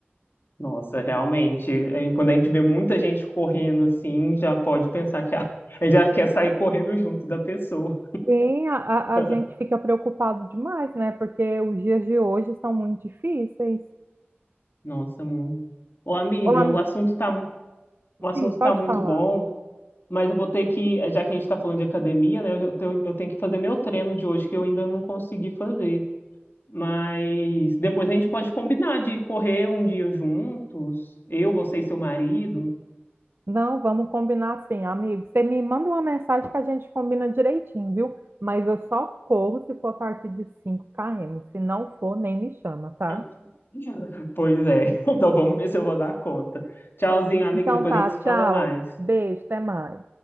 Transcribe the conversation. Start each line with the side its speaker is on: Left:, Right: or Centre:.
Left: Nossa, realmente. é, Quando a gente vê muita gente correndo assim, já pode pensar que a, a gente já quer sair correndo junto da pessoa.
Right: Sim, a, a-
Left: <laughs>
Right: a gente fica preocupado demais, né? Porque os dias de hoje são muito difícis.
Left: Nossa, muito. Ô, amiga,
Right: Olá,
Left: o assunto tá, o assunto
Right: sim, pode
Left: tá muito
Right: falar.
Left: bom. Mas eu vou ter que, eh, já que a gente está falando de academia, né? Eu tenho, eu tenho que fazer meu treino de hoje, que eu ainda não consegui fazer. Mas depois a gente pode combinar de correr um dia juntos, eu, você e seu marido.
Right: Não, vamos combinar assim, amigo. Você me manda uma mensagem que a gente combina direitinho, viu? Mas eu só corro se for a partir de 5 km. Se não for, nem me chama, tá?
Left: <laughs> Pois é. Então vamos ver se eu vou dar conta. Tchauzinho, amiga.
Right: Então
Left: Depois
Right: tá,
Left: a gente se
Right: tchau.
Left: fala mais.
Right: Beijo, até mais.